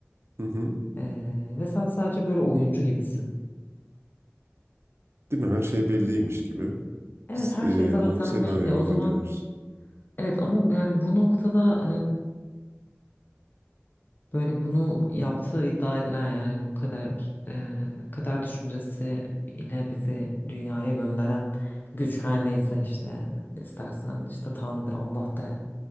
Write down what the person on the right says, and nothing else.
Hı hı.
Değil mi? Her şey belliymiş gibi.
Biz
e,
o senaryoyu
oynuyoruz.